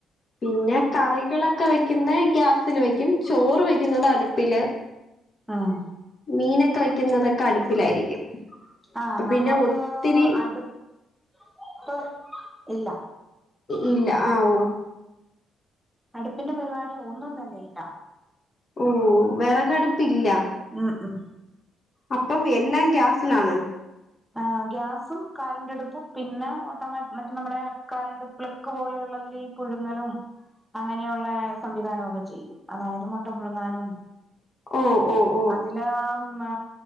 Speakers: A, on the left (about 40°); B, in the centre.
A: പിന്നെ കറികളൊക്കെ വെക്കുന്നത് ഗ്യാസില് വെക്കും ചോറ് വെക്കുന്നത് അടുപ്പില് ആ
B: ആഹ്
A: മീനൊക്കെ വെക്കുന്നതൊക്കെ അടുപ്പിലായിരിക്കും
B: ആഹ
A: അപ്പൊ
B: നമ്മുക്ക്
A: പിന്നെ ഒത്തിരി
B: അടുപ്പ്... ഇല്ല
A: ഇല്ല ആ ഓ
B: അടുപ്പിന്റെ പരിപാടി ഒന്നും തന്നെയില്ല
A: ഉം വേറകടുപ്പില്ല
B: ഉം ഉം
A: അപ്പം എല്ലാം ഗ്യാസിലാണ്
B: ആ ഗ്യാസും കറൻ്റടുപ്പും പിന്നെ ഓട്ടോമാറ്റി മറ്റ നമ്മടെ കറണ്ട് പ്ളക്ക് പോലെയുള്ളതിൽ ഈ പുഴുങ്ങലും അങ്ങനെയുള്ള സംവിധാനമൊക്കെ ചെയ്യും അതായത് മുട്ട പുഴുങ്ങാനും
A: ഉം ഉം ഉം
B: അതില് ആ മ